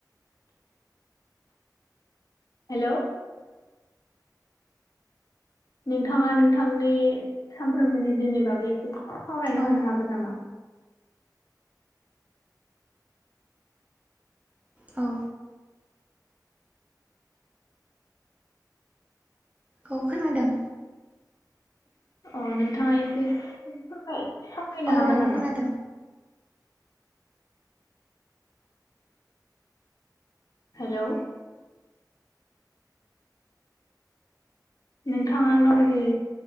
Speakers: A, on the left (about 55°); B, on the right (about 20°).
A: हेल'। नोंथाङा नोंथांनि सामफ्रोमबोनि जिउनि बागै एसे सावरायना
B: औ
A: होनो हागोन नामा?
B: औ औ खोनादों।
A: अ नोंथाङा एसे एसे फोरमाय सावरायनो
B: औ
A: हागोन
B: औ
A: नामा
B: खोनादों।
A: हेलौ। नोंथाङा गावनि